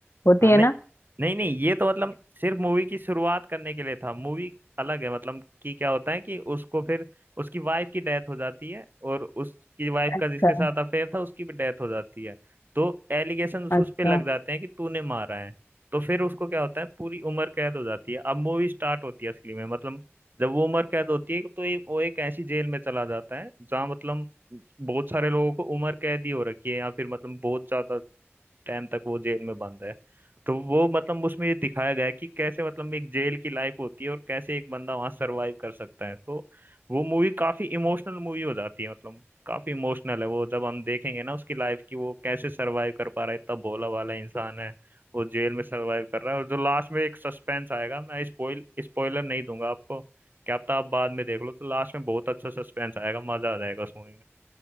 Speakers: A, on the left; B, on the right.
A: होती
B: हाँ नहीं
A: है ना
B: नहीं नहीं ये तो मतलब सिर्फ मूवी की शुरुआत करने के लिए था मूवी अलग है मतलब कि क्या होता है कि उसको फिर उसकी वाइफ की डेथ हो जाती है और उसकी वाइफ का
A: अच्छा
B: जिसके साथ अफेयर था उसकी भी डेथ हो जाती है तो एलिगेशन
A: अच्छा
B: उस पे लग जाते हैं कि तूने मारा है तो फिर उसको क्या होता है पूरी उम्र कैद हो जाती है अब मूवी स्टार्ट होती है असली में मतलब जब वो उम्र कैद होती है तो एक वो एक ऐसी जेल में चला जाता है जहाँ मतलब बहुत सारे लोगों को उम्र कैद ही हो रखी है या फिर मतलब बहुत ज्यादा टाइम तक वो जेल में बंद है तो वो मतलब उसमें ये दिखाया गया है कि कैसे मतलब एक जेल की लाइफ होती है और कैसे एक बंदा वहां सरवाइव कर सकता है तो वो मूवी काफी इमोशनल मूवी हो जाती है मतलब काफी इमोशनल है वो जब हम देखेंगे ना उसकी लाइफ की वो कैसे सरवाइव कर पा रहा है इतना भोला वाला इंसान है वो जेल में सरवाइव कर रहा है और जो लास्ट में एक सस्पेंस आएगा मैं स्पॉइल स्पॉइलर नहीं दूंगा आपको क्या पता आप बाद में देख लो तो लास्ट में बहुत अच्छा सस्पेंस आएगा मजा आ जाएगा उस मूवी